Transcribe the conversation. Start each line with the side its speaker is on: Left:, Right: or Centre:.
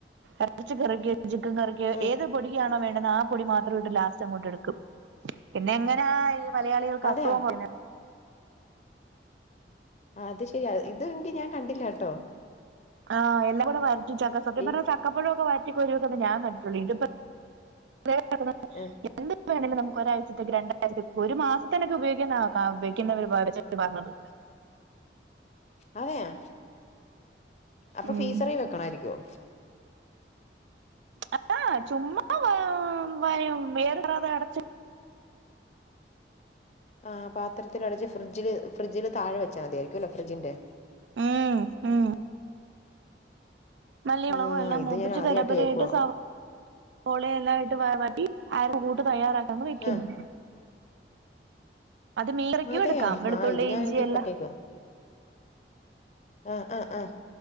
Right: എർച്ചക കുറക്ക് ചിക്കൻ കറിക്ക്‌
Left: ഉം
Right: ഏത് പൊടിയാണോ വേണ്ടന്ന ആ പൊടി മാത്രം ഇട്ട് ലാസ്റ്റ് അങ്ങോട്ട് എടുക്കും പിന്നെങ്ങനാ ഈ മലയാളികൾക്ക്
Left: അതെയോ
Right: അസുഖം കുറഞ്ഞ
Left: അത് ശരിയാ ഇത്ങ്കി ഞാൻ കണ്ടില്ലാട്ടോ
Right: ആഹ് എന്നെക്കൊണ്ട് വഴറ്റി ചക്ക സത്യം
Left: ഈ
Right: പറഞ്ഞാൽ ചക്കപ്പഴൊക്കെ വഴറ്റികോരിവെക്കുന്നതേ ഞാൻ കണ്ടിട്ടുള്ളു ഇതിപ്പം <unintelligible>
Left: ആഹ്
Right: ഇന്തെപ്പേണേലും നമുക്ക്ഒരാഴ്ചത്തേക്ക് രണ്ടാഴ്ചത്തേക്ക്‌ഒരു മാസത്തിനൊക്കെ ഉപയോഗിക്കുന്ന <unintelligible> പറഞ്ഞത്
Left: അതെയാ അപ്പ
Right: ഉം
Left: ഫീസറി വെക്കണായിരിക്കുവോ
Right: അതാ ചുമ്മ വ വയം വേറ റത അടച്ച്
Left: ആഹ് പാത്രത്തിലടച്ച് ഫ്രിജ്ജില് ഫ്രിജ്ജില് താഴെ വെച്ചാമതിയായിരിക്കുവല്ലോ ഫ്രിഡ്ജിന്റെ
Right: ഉം ഉം മല്ലിയളവും
Left: ആഹ്
Right: എല്ലാം
Left: ഇത്
Right: മൂപ്പിച്ച്
Left: ഞാൻ ആദ്യമായിട്ട്
Right: കരിയാപ്പലയിട്ട്
Left: കേൾക്കുവാ
Right: സൗ പൊളിയെല്ലായിട്ട് വാവാട്ടി അര കൂട്ട് തയ്യാറാട്ടങ്ങ് വെക്കുന്ന്
Left: ആഹ്
Right: മീൻ കറിക്കും
Left: അതെയാ
Right: എടുക്കാം വെളുത്തുള്ളി
Left: ആ ഇത് ഞാനെങ്കി
Right: ഇഞ്ചി എല്ലാം
Left: ഇപ്പക്കേക്ക ആഹ് ആഹ് ആഹ്